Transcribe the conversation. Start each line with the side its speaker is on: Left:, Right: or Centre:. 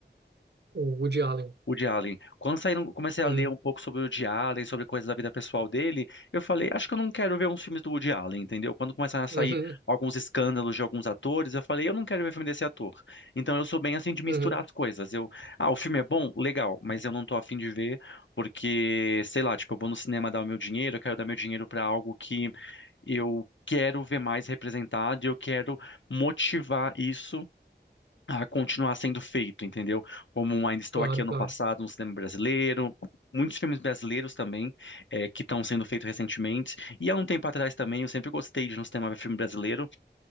Right: O Woody Allen.
Left: O de Allen. Quando saíram, comecei
Right: Uhum,
Left: a ler um pouco sobre o de Allen, sobre coisas da vida pessoal dele, eu falei, acho que eu não quero ver uns filmes do Woody Allen, entendeu? Quando começaram a sair
Right: uhum,
Left: alguns escândalos de alguns atores, eu falei, eu não quero ver filme desse ator. Então eu sou bem assim de misturar
Right: uhum.
Left: as coisas. Eu, ah, o filme é bom? Legal, mas eu não tô afim de ver porque, sei lá, tipo, eu vou no cinema dar o meu dinheiro, eu quero dar meu dinheiro pra algo que eu quero ver mais representado e eu quero motivar isso a continuar sendo feito, entendeu? Como um Ainda Estou
Right: Claro,
Left: Aqui ano
Right: claro.
Left: passado, no cinema brasileiro, muitos filmes brasileiros também eh, que estão sendo feitos recentemente. E há um tempo atrás também eu sempre gostei de ir no cinema ver filme brasileiro.